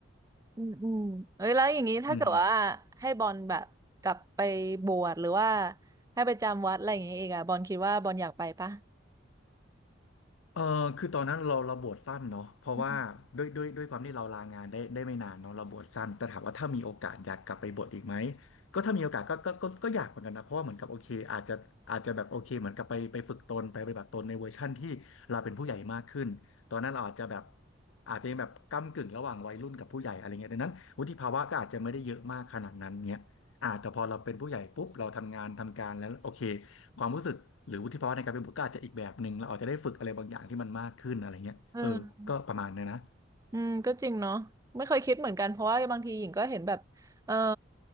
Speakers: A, on the right; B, on the left.
A: อืมอืมเอ้ยแล้วอย่างนี้ถ้าเกิดว่า
B: อืม
A: ให้บอลแบบกลับไปบวชหรือว่าให้ไปจำวัดอะไรอย่างนี้อีกอะบอลคิดว่าบอลอยากไปปะ
B: เออคือตอนนั้นเราเราบวชสั้นเนาะเพราะว่าด้วยด้วยด้วยความที่เราลางานได้ได้ไม่นานเนาะเราบวชสั้นแต่ถามว่าถ้ามีโอกาสอยากกลับไปบวชอีกไหม
A: อืม
B: ก็ถ้ามีโอกาสก็ก็ก็ก็อยากเหมือนกันนะเพราะว่าเหมือนกับโอเคอาจจะอาจจะแบบโอเคเหมือนกับไปไปฝึกตนไปปฏิบัติตนในเวอร์ชั่นที่เราเป็นผู้ใหญ่มากขึ้นตอนนั้นเราอาจจะแบบอาจจะยังแบบก้ำกึ่งระหว่างวัยรุ่นกับผู้ใหญ่อะไรเงี้ยดังนั้นวุฒิภาวะก็อาจจะไม่ได้เยอะมากขนาดนั้นเงี้ยอ่าแต่พอเราเป็นผู้ใหญ่ปุ๊บเราทำงานทำการแล้วโอเค ความรู้สึกหรือวุฒิภาวะในการเป็นบุตรก็อาจจะอีกแบบหนึ่งเราอาจจะได้ฝึกอะไรบางอย่างที่มันมากขึ้นอะไรเงี้ยเออก็ประมาณเนี้ยนะ
A: เออ อืมก็จริงเนาะไม่เคยคิดเหมือนกันเพราะว่าบางทีหญิงก็เห็นแบบเออ